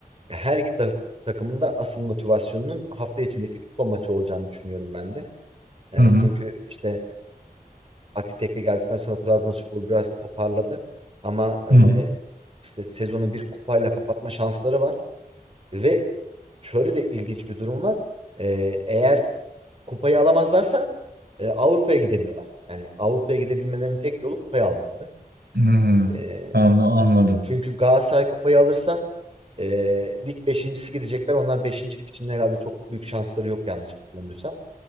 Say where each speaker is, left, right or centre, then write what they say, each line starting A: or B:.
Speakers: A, on the right; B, on the right.
A: her iki ta- takımın da asıl motivasyonunun hafta içindeki kupa maçı olacağını düşünüyorum ben de. E,
B: Hı hı.
A: çünkü işte Fatih Tekke geldikten sonra Trabzonspor biraz toparladı. Ama e,
B: Hı hı.
A: işte sezonu bir kupayla kapatma şansları var. Ve şöyle de ilginç bir durum var. E, eğer kupayı alamazlarsa e, Avrupa'ya gidemiyorlar. Yani Avrupa'ya gidebilmelerinin tek yolu kupayı almaları.
B: Hı.
A: E,
B: Anla- Anladım.
A: çünkü Galatasaray kupayı alırsa ee, lig beşincisi gidecekler. Onlar beşincilik için herhalde çok büyük şansları yok yanlış hatırlamıyorsam.